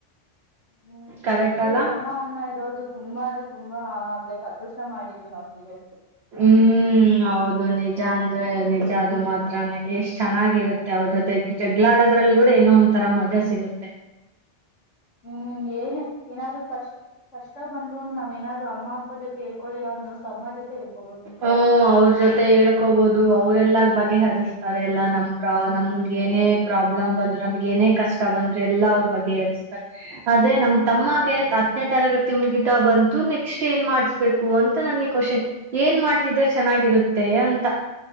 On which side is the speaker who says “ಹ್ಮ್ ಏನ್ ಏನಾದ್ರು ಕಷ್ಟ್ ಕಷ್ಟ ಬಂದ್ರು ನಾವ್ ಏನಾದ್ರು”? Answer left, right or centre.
Left